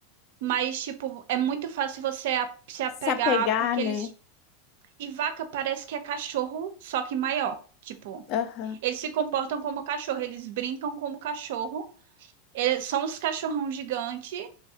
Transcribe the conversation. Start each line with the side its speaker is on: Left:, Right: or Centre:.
Right: mas, tipo, é muito fácil você a- se apegar,
Left: Se apegar,
Right: porque
Left: né?
Right: eles. E vaca parece que é cachorro, só que maior. Tipo,
Left: Aham,
Right: eles se comportam como cachorro, eles brincam como cachorro. Eles são os cachorrão gigante